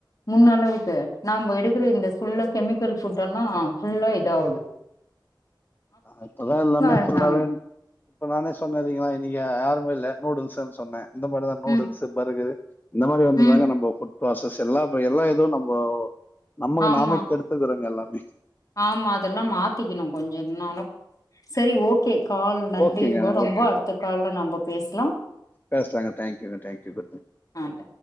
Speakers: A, on the left; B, on the left.
A: முன்ன அளவுக்கு நம்ம எடுக்கிற இந்த ஃபுல்ல கெமிக்கல் ஃபுட்டெல்லா ஃபுல்லா இதாககுது
B: அப்ப எல்லாமே <unintelligible>
A: இருந்தாங்க
B: இப்ப நானே சொன்னே நீங்க யாருமே இல்ல சொன்னே நூடுல்ஸ்ன்னு சொன்னே இந்த மாரி தான் நூடுல்ஸு
A: ம்
B: பர்கரூ இந்த மாரி வந்துதாங்க
A: ம்
B: நம்ம ப்ராசஸ் எல்லாம் இப்ப எல்லாம் எதுவும் நம்போ நமக்கு
A: ஆமா
B: நாமே கெடுத்து கெடுத்துகிறோ எல்லாம் <inaudible> <unintelligible>
A: ஆமா அதெல்லாம் மாத்திக்கணு கொஞ்சோ <unintelligible> செரி ஓகே கால் நன்றிங்க
B: ஓகேங்க
A: ரொம்ப
B: ஓகே
A: அடுத்த கால்ல நம்ப பேசலாம்
B: பேசலாங்க தேங்க்யூங்க தேங்க்யூ
A: ஆ தேங்க்